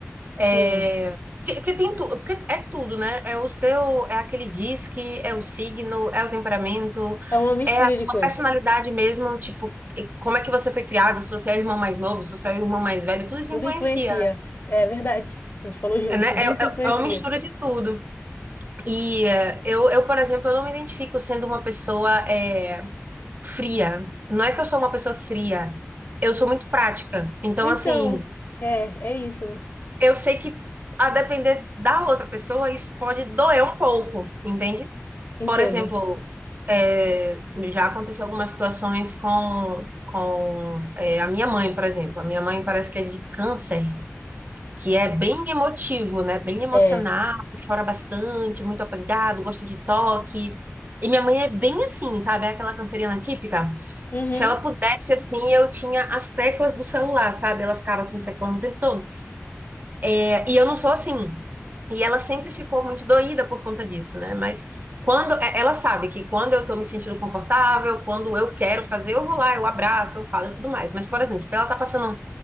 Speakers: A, on the left; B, on the right.
A: Sim,
B: É. Que, que tem tu, porque é tudo, né? É o seu, é aquele disque, é o signo, é o temperamento,
A: é uma mistura
B: É a sua
A: de coisas.
B: personalidade mesmo, tipo, e como é que você foi criado, se você é o irmão mais novo, se você é o irmão mais velho, tudo isso
A: Tudo
B: influencia,
A: influencia. É verdade. A gente falou junto,
B: né?
A: tudo
B: É, é-
A: isso influencia.
B: é uma mistura de tudo. E eh, eu, eu, por exemplo, eu não me identifico sendo uma pessoa eh, fria. Não é que eu sou uma pessoa fria, eu sou muito prática. Então,
A: Então,
B: assim,
A: é, é isso, né?
B: eu sei que a depender da outra pessoa, isso pode doer um pouco, entende?
A: Entendo.
B: Por exemplo, é, já aconteceu algumas situações com, com é, a minha mãe, por exemplo. A minha mãe parece que é de câncer, que é bem emotivo, né? Bem emocional,
A: É.
B: chora bastante, muito apegado, gosta de toque. E minha mãe é bem assim, sabe? É aquela canceriana típica.
A: Uhum.
B: Se ela pudesse, assim, eu tinha as teclas do celular, sabe? Ela ficava assim, teclando o tempo todo. É, e eu não sou assim. E ela sempre ficou muito doída por conta disso, né? Mas quando é, ela sabe que quando eu tô me sentindo confortável, quando eu quero fazer, eu vou lá, eu abraço, eu falo e tudo mais. Mas, por exemplo, se ela tá passando,